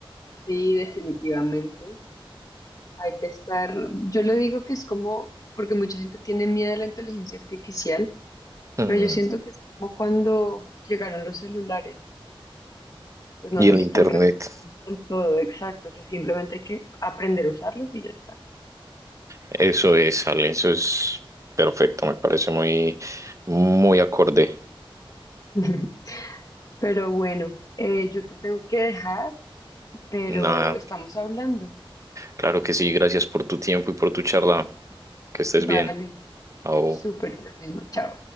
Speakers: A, on the left; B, on the right.
A: Sí, definitivamente. Hay que estar, yo lo digo que es como, porque mucha gente tiene miedo a la inteligencia artificial,
B: Mm,
A: pero yo siento que es como cuando llegaron los celulares, pues no
B: y
A: nos
B: el
A: están
B: internet,
A: reemplazando del todo, exacto, o sea, simplemente hay que aprender a usarlos y ya está.
B: eso es, Ale, eso es perfecto, me parece muy, muy acorde.
A: <laughs> Pero bueno, eh, yo te tengo que dejar, pero
B: Nada.
A: estamos hablando.
B: Claro que sí, gracias por tu tiempo y por tu charla. Que estés
A: Vale,
B: bien. Au.
A: súper, lo mismo, chao.